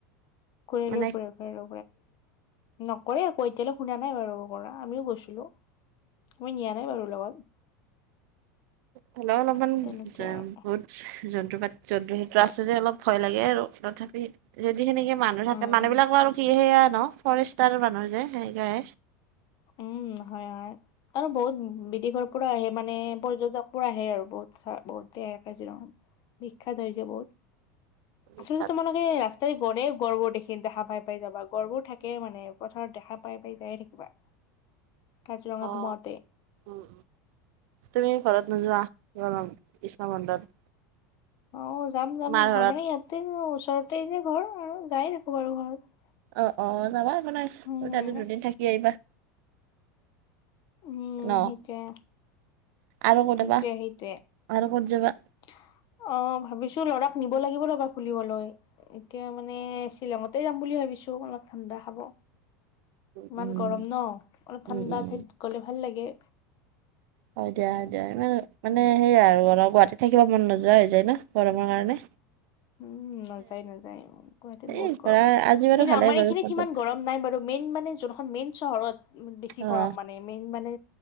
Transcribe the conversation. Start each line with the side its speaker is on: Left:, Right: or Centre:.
Left: কৰিলেও
Right: মানে
Left: কৰিব পাৰে <unintelligible> নকৰে আকৌ এতিয়ালৈ শুনা নাই বাৰু। পৰা আমিও গৈছিলো। আমি নিয়া নাই বাৰু লগত।
Right: হ'লেও অলপমান
Left: তেনেকে
Right: যাম
Left: আৰু
Right: বহুত যন <unintelligible> যন্ত্ৰ চন্ত্ৰ আছে যে অলপ ভয় লাগে আৰু তথাপি। যিখিনিকে মানুহ থাকে
Left: উম
Right: মানুহ বিলাক আৰু কি সেয়া ন ফৰেষ্টাৰ মানুহ যে সেনেকাই।
Left: উম হয় হয়। আৰু বহুত বিদেশৰ পৰা আহে মানে, পৰ্যটকবোৰ আহে আৰু বহুত চ বহুতে আহে কাজিৰঙা। বিখ্যাত হৈ যাব,
Right: বিখ্যাত
Left: আচলতে তোমালোকে ৰাস্ত -ৰে গলে গড়বোৰ দেখি দেখা পাই পাই যাবা গড়বোৰ থাকে মানে পথাৰত দেখা পাই পাই যায়ে থাকিবা। কাজিৰঙা
Right: অ',
Left: সোমাওঁতে।
Right: উম, তুমি ঘৰত নোযোৱা গৰম গ্ৰীষ্ম বন্ধত।
Left: অহ' যাম যাম
Right: মাৰ ঘৰত?
Left: ঘৰ মানে ইয়াতে ওচৰতে যে ঘৰ আৰু যায় থাকো বাৰু ঘৰত।
Right: অ', অ', যাবা একো নাই,
Left: উম
Right: তাতো দুদিন থাকি আহিবা।
Left: উম,
Right: ন
Left: সেইটোৱে।
Right: আৰু ক'তবা,
Left: সেইটোৱে সেইটোৱে
Right: আৰু ক'ত যাবা?
Left: <unintelligible> অ', ভাবিছোঁ ল'ৰাক নিব লাগিব ৰ'বা ফুলিবলৈ, এতিয়া মানে শ্বিলঙতে যাম বুলি ভাব ভাবিছোঁ অলপ ঠাণ্ডা হ'ব। ইমান
Right: উম,
Left: গৰম ন? অলপ
Right: উম,
Left: ঠাণ্ডা
Right: উম,
Left: ঠাইত গ'লে ভাল লাগে।
Right: হয়, দিয়া হয়, দিয়া ইমান মানে
Left: উম
Right: সেইয়াই আৰু অলপ গুৱাহাটীত থাকিব মন নোযোৱা হৈ যায় ন? গৰমৰ কাৰণে।
Left: উম' নাযায়, নাযায় গুৱাহাটীত বহুত
Right: এই ধৰা
Left: গৰম হয়।
Right: আজি বাৰু
Left: কিন্তু,
Right: ভালে
Left: আমাৰ
Right: বাৰু
Left: এইখিনিত
Right: বতৰটো।
Left: সিমান গৰম নাই বাৰু মেইন মানে যোনখন মেইন চহৰত, বেছি
Right: অ',
Left: গৰম মানে মেইন মানে।